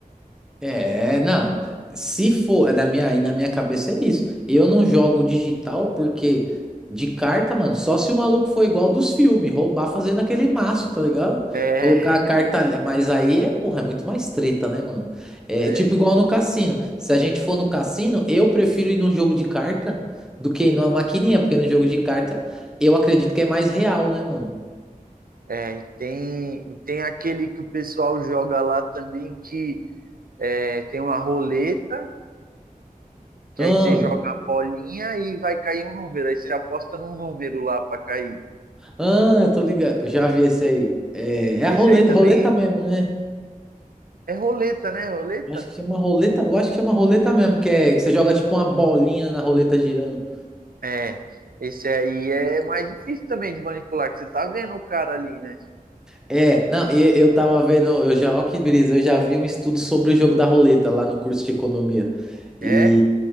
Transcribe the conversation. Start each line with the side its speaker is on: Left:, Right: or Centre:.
Centre: É, não. Se for, é da minha, aí na minha cabeça é isso. Eu não jogo digital porque de carta, mano, só se o maluco for igual dos filmes, roubar fazendo aquele maço, tá ligado?
Right: É,
Centre: Colocar a carta, ali- mas aí é, porra, é muito mais treta, né, mano? É
Right: é,
Centre: tipo igual no cassino. Se a gente for no cassino, eu prefiro ir num jogo de carta do que ir numa maquininha, porque no jogo de carta eu acredito que é mais real, né, mano?
Right: é. e Tem, e tem aquele que o pessoal joga lá também que é, tem uma roleta, que
Centre: Ah,
Right: aí você joga a bolinha e vai cair um número. Aí você aposta num número lá pra cair.
Centre: ah, eu tô ligado. Eu já vi esse aí. É, é a
Right: Esse
Centre: roleta,
Right: aí também
Centre: roleta mesmo, né?
Right: é roleta, né? Roleta?
Centre: Acho que chama roleta, eu acho que chama roleta mesmo, que é que você joga tipo uma bolinha na roleta girando.
Right: É. Esse aí é mais difícil também de manipular, que você tá vendo o cara ali, né?
Centre: É, não, e- eu, tava vendo, eu já, ó que brisa, eu já vi um estudo sobre o jogo da roleta lá no curso de economia. E
Right: É.